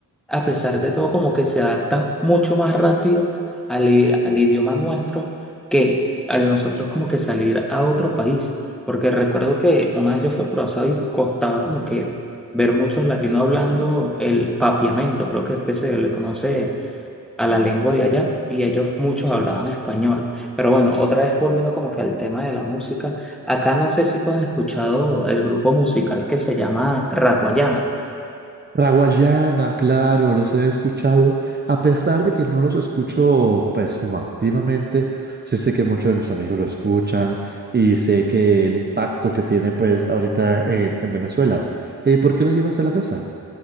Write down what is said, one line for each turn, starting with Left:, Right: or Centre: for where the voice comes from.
Centre: a pesar de todo, como que se adapta mucho más rápido al, i- al idioma nuestro que al nosotros como que salir a otro país. Porque recuerdo que una vez yo fui a Curazao y costaba como que ver muchos latinos hablando el papiamento, creo que es que se le conoce a la lengua de allá y ellos muchos hablaban español. Pero bueno, otra vez volviendo como que al tema de la música, acá no sé si tú has escuchado el grupo musical que se llama Raguayana.
Right: La guayana, claro, los he escuchado. A pesar de que no los escucho, pues, como activamente, sí sé que muchos de mis amigos lo escuchan y sé que el impacto que tiene, pues, ahorita en, en Venezuela. Eh, ¿por qué lo llevas a la mesa?